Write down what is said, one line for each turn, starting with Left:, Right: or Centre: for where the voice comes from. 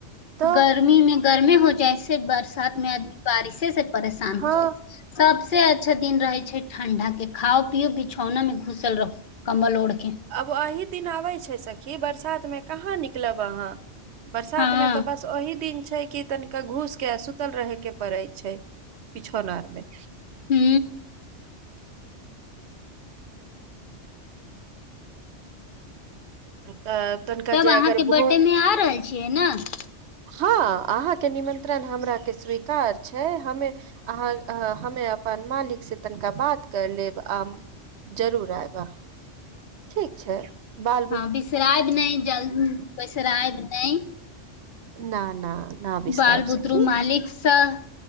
Right: तऽ
Left: गर्मी मे गर्मी हो जाइ छै बरसात मे आदमी बारिशे से परेशान
Right: हँ
Left: हो जाइ छै। सबसे अच्छा दिन रहे छै ठंडा के खाउ पियौ बिछौना मे घुसल रहू। कम्बल ओढ़के
Right: आब एहि दिन आबैत छै सखी बरसातमे कहाँ निकलब अहाँ बरसातमे
Left: हाँ
Right: तऽ बस ओही दिन छै की घूस के सुतल रहे के परड़े छै पिछौन आर मे
Left: हू
Right: तऽ <unintelligible>
Left: तब अहाँके
Right: अगर भोर
Left: बर्थडे मे आ रहल छियै नइ
Right: हँ अहाँके निमंत्रण हमरा के स्वीकार छै हमे अहाँ हमे अपन मालिक से तनका बात कर लेब आ जरूर आय वा आहाँ ठीक छै बात
Left: हँ बिसराब नहि विसरायब नहि
Right: न न न बिसरायब
Left: बाल बुदरू
Right: सखी
Left: मालिक सब